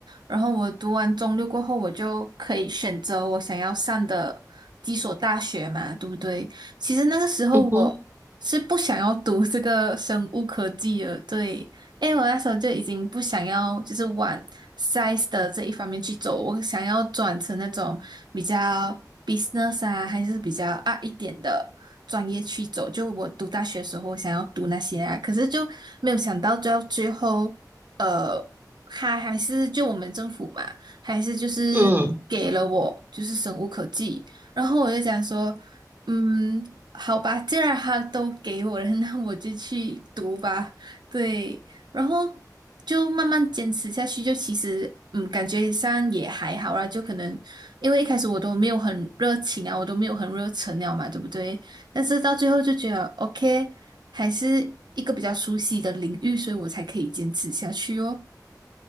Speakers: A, on the right (about 85°); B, on the right (about 30°).
A: 然后我读完中六过后，我就可以选择我想要上的几所大学嘛，对不对？其实那个时候我是不想要读这个生物科技的，
B: 嗯哼，
A: 对。因为我那时候就已经不想要，就是往 size 的这一方面去走，我想要转成那种比较 business 啊，还是比较啊一点的专业去走。就我读大学的时候，我想要读那些啊，可是就没有想到，到最后，呃，他还是就我们政府嘛，还是就是给了我就是生无可技，
B: 嗯，
A: 然后我就想说。嗯，好吧，既然他都给我了，<laughs> 那我就去读吧。对，然后就慢慢坚持下去，就其实嗯，感觉上也还好啦。就可能因为一开始我都没有很热情啊，我都没有很热忱了嘛，对不对？但是到最后就觉得 OK，还是一个比较熟悉的领域，所以我才可以坚持下去哦。